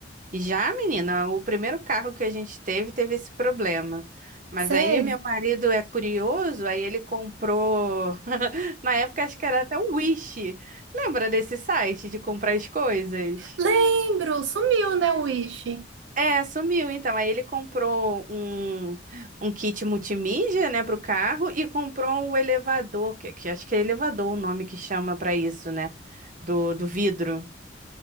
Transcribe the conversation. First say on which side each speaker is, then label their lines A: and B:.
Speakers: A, on the right (about 45°); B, on the right (about 75°).
A: Já, menina, o primeiro carro que a gente teve teve esse problema. Mas
B: Sério?
A: aí meu marido é curioso, aí ele comprou. <laughs> Na época acho que era até o Wish. Lembra desse site de comprar as coisas?
B: Lembro, sumiu, né, o Wish?
A: É, sumiu então. Aí ele comprou um, um kit multimídia, né, pro carro e comprou um elevador, que, que acho que é elevador o nome que chama pra isso, né, do, do vidro.